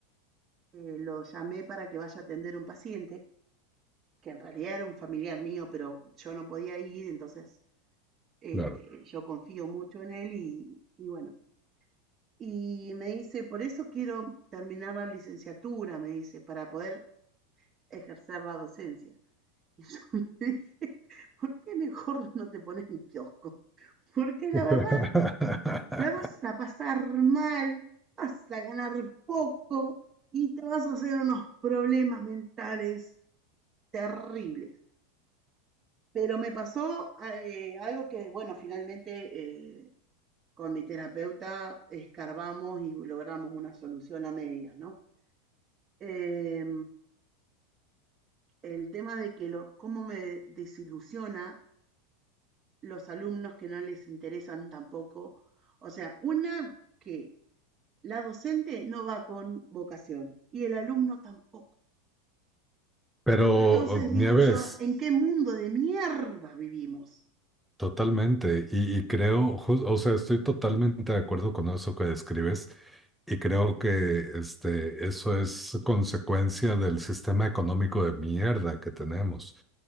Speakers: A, on the right; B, in the centre.
A: eh, lo llamé para que vaya a atender a un paciente, que en realidad era un familiar mío, pero yo no podía ir, entonces este,
B: claro.
A: yo confío mucho en él y, y bueno. Y me dice, por eso quiero terminar la licenciatura, me dice, para poder ejercer la docencia. <laughs> Y yo le dije, ¿por qué mejor no te pones un kiosco? Porque la
B: <laughs>
A: verdad, la vas a pasar mal, vas a ganar poco y te vas a hacer unos problemas mentales terribles. Pero me pasó eh, algo que, bueno, finalmente eh, con mi terapeuta escarbamos y logramos una solución a medias, ¿no? Eh, el tema de que lo, cómo me desilusiona los alumnos que no les interesan tampoco. O sea, una que la docente no va con vocación y el alumno tampoco.
B: Pero
A: Entonces
B: Nieves,
A: digo yo, ¿en qué mundo de mierda vivimos?
B: totalmente. Y, y creo, jus- o sea, estoy totalmente de acuerdo con eso que describes. Y creo que este, eso es consecuencia del sistema económico de mierda que tenemos.